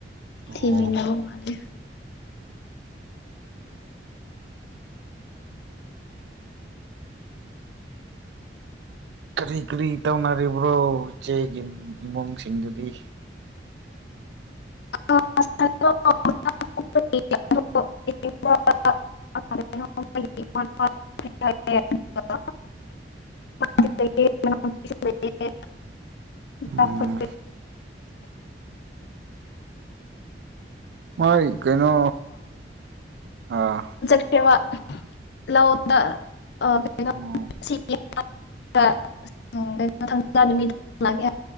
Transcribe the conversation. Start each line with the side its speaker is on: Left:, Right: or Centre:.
Right: ꯑꯣ
Left: ꯊꯤꯃꯤꯟꯅꯕ ꯃꯥꯜꯂꯦ
Right: <inaudible> ꯀꯔꯤ ꯀꯔꯤ ꯇꯧꯅꯔꯤꯕ꯭ꯔꯣ ꯏꯆꯦꯒꯤ ꯏꯃꯨꯡꯁꯤꯡꯗꯨꯗꯤ
Left: ꯑ <unintelligible> ꯑꯗꯣ <unintelligible> <unintelligible> <unintelligible> <unintelligible>
Right: ꯎꯝ ꯃꫭꯏ ꯀꯩꯅꯣ ꯑꯥ
Left: ꯀꯩꯕ ꯂꯧꯗ ꯑꯥ ꯀꯩꯅꯣ
Right: ꯎꯝ
Left: ꯑꯁꯤ <unintelligible> <unintelligible> ꯂꯥꯛꯑꯒꯦ